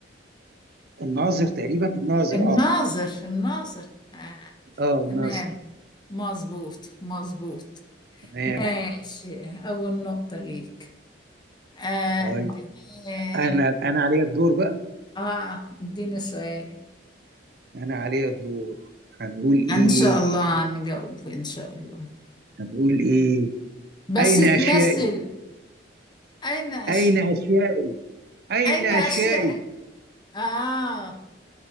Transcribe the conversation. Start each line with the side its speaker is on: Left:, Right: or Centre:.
Right: الناظر تقريبا الناظر
Left: الناظر
Right: اه
Left: الناظر آه.
Right: اه
Left: تمام
Right: الناظر
Left: مظبوط مظبوط
Right: تمام
Left: ماشي أول نقطة ليك آه
Right: طيب
Left: اديني
Right: انا انا عليا الدور بقى
Left: اه اديني سؤال
Right: انا عليا الدور هنقول ايه
Left: إن شاء الله هنجاوب إن شاء الله
Right: هنقول ايه
Left: بس
Right: اين
Left: تمثل
Right: اشيائي
Left: أين أش...
Right: اين اشيائي اين
Left: أين
Right: اشيائي
Left: أشياء آه